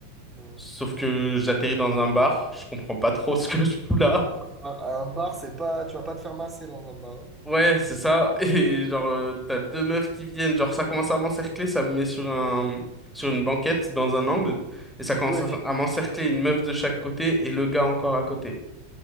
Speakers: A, on the right; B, in the centre.
A: Mm.
B: Sauf que j'atterris dans un bar, je comprends pas trop ce que je fous là.
A: À à un bar, c'est pas. Tu vas pas te faire masser dans un bar. hein.
B: Ouais, c'est ça. <laughs> Et genre, euh, t'as deux meufs qui viennent, genre, ça commence à m'encercler, ça me met sur un, sur une banquette dans un angle, et ça commence
A: Ouais,
B: à, à m'encercler une meuf de chaque côté et le gars encore à côté.